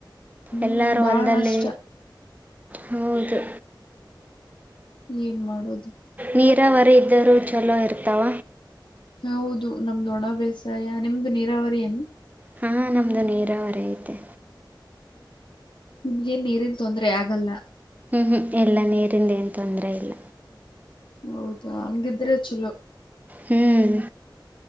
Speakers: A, on the left (about 85°); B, on the right (about 20°).
A: ಹ್ಮ್
B: ಎಲ್ಲಾರ
A: ಬಾಳ
B: ಹೊಲ್ದಲ್ಲಿ
A: ನಷ್ಟ
B: ಹೌದು.
A: ಏನ್ ಮಾಡೋದು.
B: ನೀರಾವರಿ ಇದ್ದೋರು ಚಲೋ ಇರ್ತಾವ.
A: ಹೌದು ನಮ್ದು ಒಣ ಬೇಸಾಯ ನಿಮ್ದು ನೀರಾವರಿ ಏನು?
B: ಹಾ ನಮ್ದು ನೀರಾವರಿ ಐತೆ.
A: ನಿಮ್ಗೇನ್ ನೀರಿನ್ ತೊಂದ್ರೆ ಆಗಲ್ಲ.
B: ಹ್ಮ್ ಹ್ಮ್ ಇಲ್ಲ ನೀರಿಂದ ಏನ್ ತೊಂದ್ರೆ ಇಲ್ಲ.
A: ಹೌದಾ ಹಂಗಿದ್ರೆ ಚಲೋ.
B: ಹ್ಮ್